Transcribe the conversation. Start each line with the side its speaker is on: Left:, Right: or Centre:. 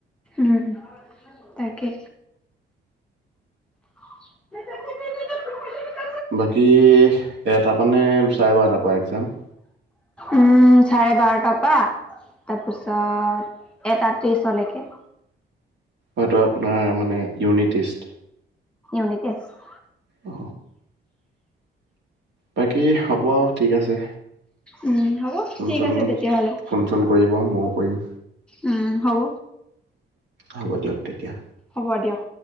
Centre: উম তাকে <unintelligible>
Right: বাকী এটাৰ পানে চাৰে বাৰটাৰ পৰা এক্জাম
Centre: উম চাৰে বাৰটাৰ পৰা তাৰপিছত এটা ত্ৰিশলৈকে
Right: হয় আপোনাৰ মানে ইউনিটেৰ্ত
Centre: <unintelligible>
Right: অ বাকী হ'ব ঠিক আছে
Centre: উম, হ'ব
Right: ফোনচোন
Centre: ঠিক আছে তেতিয়াহ'লে
Right: ফোন চোন কৰিব ময়ও কৰিম
Centre: উম, হ'ব
Right: হ'ব দিয়ক তেতিয়া
Centre: হ'ব দিয়ক।